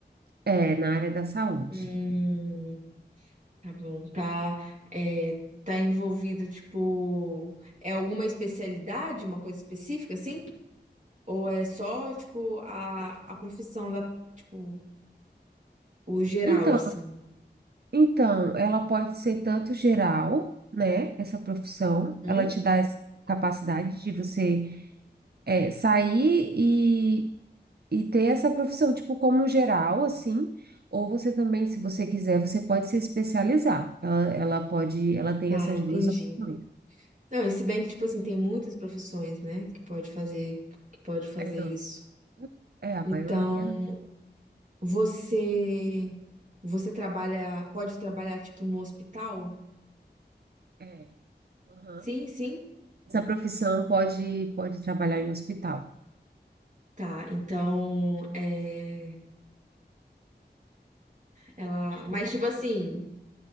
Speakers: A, on the right (about 60°); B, on the right (about 45°).
A: é, na área da saúde.
B: Hum, tá bom. Tá, é, tá envolvida, tipo, é alguma especialidade, uma coisa específica, assim? Ou é só, tipo, a, a profissão da, tipo, o geral,
A: Então,
B: assim?
A: então, ela pode ser tanto geral, né? Essa profissão,
B: Hum?
A: ela te dá essa capacidade de você, é, sair e e ter essa profissão, tipo, como geral, assim, ou você também, se você quiser, você pode se especializar. Ela, ela pode, ela tem
B: Tá,
A: essas
B: entendi.
A: duas opções.
B: Não, e se bem que, tipo assim, tem muitas profissões, né, que pode fazer, que pode fazer
A: É, não.
B: isso.
A: É, a
B: Então,
A: maioria, né?
B: você, você trabalha, pode trabalhar, tipo, no hospital?
A: é. Aham.
B: Sim, sim.
A: Essa profissão pode, pode trabalhar em hospital.
B: Tá, então, é, ela, mas, tipo assim,